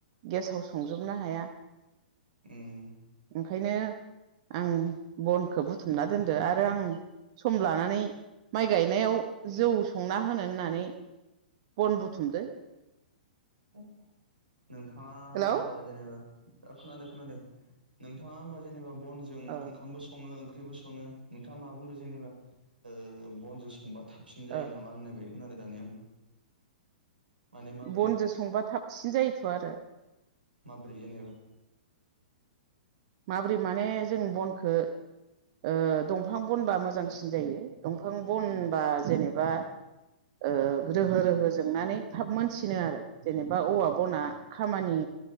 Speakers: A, on the right (about 40°); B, on the right (about 80°).
A: गेसाव संजोबनो हाया।
B: ओम।
A: ओंखायनो आं बनखौ बुथुमना दोनदो आरो आं सम लानानै माइ गायनायाव जौ संना होनो होननानै बन‌ बुथुमदो।
B: <unintelligible> नोंथाङा
A: हेलौ
B: होमबा जेनेबा ओ खोनादो खोनादो नोंथाङा हमबा जेनेबा बनजों
A: ओ
B: ओंखामबो स सङो ओंख्रिबो सङो नोंथाङा मा बुंदों जेनेबा ओ बनजों संबा थाबसिन जायो
A: ओ
B: नामा होननाय बायदि खोनादो दानि आं। माने माबोरै
A: बनजो संबा थाबसि जायोथ' आरो।
B: माबोरै जेनेबा?
A: माब्रै माने जों बनखो ओ दंफां बनबा मोजांसिन जायो। दंफां बनबा जेनेबा ओ रोहो रोहो जोंनानै थाब मोनसिनो आरो जेनेबा औवा बना
B: अ
A: खामानि